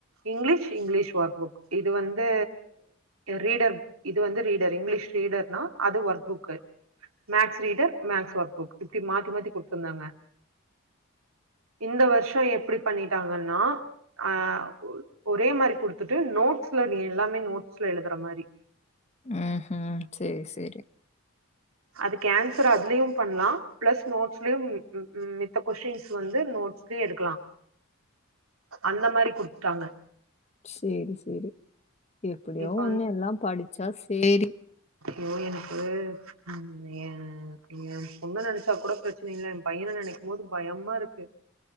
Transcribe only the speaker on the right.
இங்கிலீஷ் இங்கிலீஷ் ஒர்க்புக் இது வந்து ரீடர் இது வந்து ரீடர் இங்கிலீஷ் ரீடர்னா அது workbook maths reader maths workbook இப்டி மாத்தி மாத்தி கொடுத்ருந்தாங்க இந்த வருஷம் இப எப்டி பண்ணிட்டாங்கன்னாஹ ஒரே மாரி குடுத்துட்டு நோட்ஸ்ல நீ எல்லாமே நோட்ஸ்ல எழுதுற மாரி
அதுக்கு ஆன்சர் அதுலயும் பண்ணலாம் பிளஸ் நோட்ஸ்லயும் மேத்த கொஸின்ஸ் வந்து நோட்ஸ்லய எடுக்கலாம் அந்த மாரி குடுத்துட்டாங்க
இப்ப
யோ எனக்கு உ என் என் பொண்ணு நினைச்சா கூட பிரச்சனை இல்ல என் பையனை நினைக்கும்போது பயமா இருக்கு